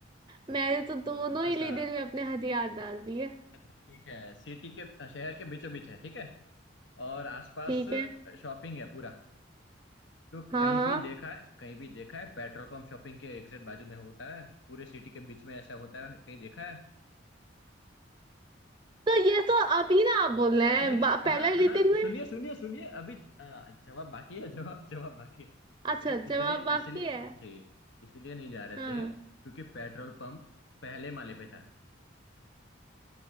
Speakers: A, on the right; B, on the left.
A: मैंने तो दोनों ही
B: अच्छा
A: लीडर में अपने हथियार डाल दिए
B: अच्छा ठीक है सिटी के शहर के बीचों बीच है ठीक है और आसपास
A: ठीक है
B: शॉपिंग है पूरा तो
A: हाँ
B: कहीं
A: हाँ
B: भी देखा है कहीं भी देखा है पेट्रोल पंप शॉपिंग के एग्जैक्ट बाजू में होता है पूरे सिटी के बीच में ऐसा होता है कहीं देखा है
A: तो ये तो अभी ना आप
B: अरे
A: बोल
B: अरे,
A: रहे हैं
B: नहीं नहीं
A: बा- पहला
B: हाँ
A: लीडर
B: हाँ
A: में
B: सुनिए सुनिए सुनिए अभी अ, जवाब बाकी है जवाब जवाब बाकी है
A: अच्छा
B: वो
A: जवाब
B: इसलिए
A: बाकी
B: इसलिए
A: है
B: जी इसलिए नहीं जा रहे
A: हाँ
B: थे क्योंकि पेट्रोल पंप पहले माले पे था